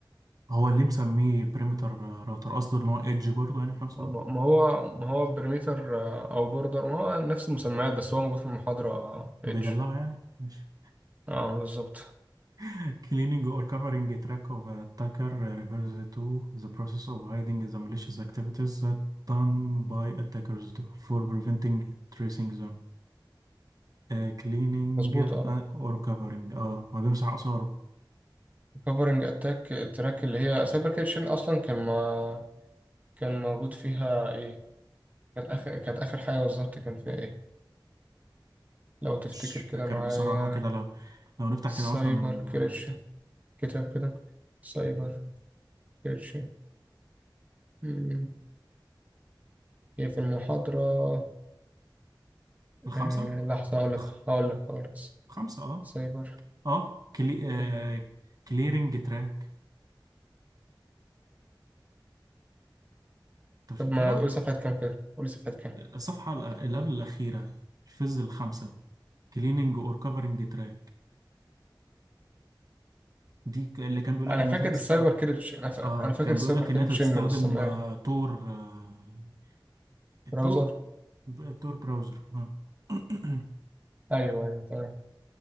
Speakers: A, on the right (about 50°); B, on the right (about 20°).
A: هو اللي مسميه بريمتر راوتر قصده ان هو ايدج برضه يعني في نفس
B: ما
A: الوقت
B: ما- ما هو ما هو بريميتر او بوردر ما هو نفس المسميات بس هو موجود في المحاضره
A: بيدلعه
B: ايدج
A: يعني ماشي
B: اه بالظبط
A: <laughs> cleaning or covering a track of attacker refers to the process of hiding the malicious activities that done by attackers for preventing tracing them آه، cleaning
B: مظبوط اه
A: or covering اه هو بيمسح آثاره
B: كفرنج اتاك تراك اللي هي سايبر كيتشن اصلا كان ما كان موجود فيها ايه كانت اخر كانت اخر حاجه بالظبط كان فيها ايه لو تفتكر
A: مش
B: كده
A: فاكر
B: معايا
A: بصراحة كده لو لو نفتح
B: سايبر
A: كده مثلا
B: كريتش
A: آه،
B: كتاب كده سايبر كريتش مم. هي في المحاضرة
A: الخمسة
B: آه لحظة هقول لك
A: خ-
B: هقول لك هقول لك
A: خمسة اه
B: سايبر
A: اه كلي...
B: كريتش.
A: آه... كليرنج تراك انت مش
B: طب
A: فاكرها
B: ما تقولي صفحة كام كده قولي صفحة كام
A: الصفحه الأ- اللي قبل الاخيره الفيز الخامسه كليننج اور كفرنج تراك دي ك- اللي كان بيقول لك
B: أنا
A: ان
B: فاكر
A: انت تستخدم
B: السايبر كريتش أنا, فا...
A: اه
B: أنا فاكر
A: كان
B: السايبر
A: بيقول لك
B: كريتشن
A: ان انت تستخدم
B: بس أنا
A: آه... تور آه... التور
B: براوزر
A: ب- تور براوزر آه. <coughs>
B: أيوه أيوه تمام